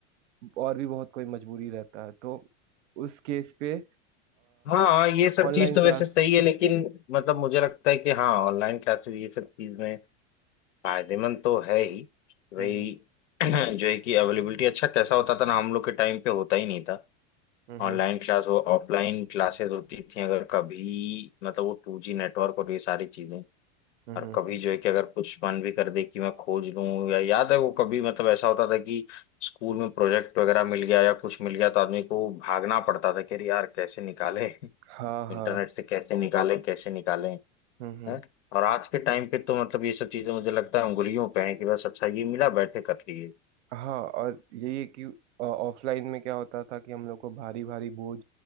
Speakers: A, on the right (about 70°); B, on the left (about 80°).
A: और भी बहुत कोई मजबूरी रहता है तो उस केस पे
B: हाँ ये सब
A: ऑनलाइन
B: चीज तो
A: क्लास
B: वैसे सही है लेकिन मतलब मुझे लगता है कि हाँ ऑनलाइन क्लासेस ये सब चीज में फायदेमंद तो है ही भाई
A: हम्म
B: <clears throat> जो है कि अवेलेबिलिटी अच्छा कैसा होता था ना हम लोग के टाइम पे होता ही नहीं था
A: हम्म
B: ऑनलाइन
A: हम्म
B: क्लास हो ऑफलाइन क्लासेस होती थी अगर कभी मतलब वो टू जी नेटवर्क और ये सारी चीजें
A: हम्म
B: और
A: हम्म
B: कभी जो है कि अगर कुछ मन भी कर दे कि मैं खोज लूं या याद है वो कभी मतलब ऐसा होता था कि स्कूल में प्रोजेक्ट वगैरह मिल गया या कुछ मिल गया तो आदमी को भागना पड़ता था कि अरे यार कैसे निकाले <laughs>
A: हाँ
B: इंटरनेट
A: हाँ
B: से कैसे निकाले कैसे निकाले
A: हम्म हम्म
B: हैं और आज के टाइम पे तो मतलब ये सब चीजें मुझे लगता है उंगलियों पे है कि बस अच्छा ये मिला बैठे कर लिए
A: हाँ और यही है कि ऑफलाइन में क्या होता था कि हम लोग को भारी भारी बोझ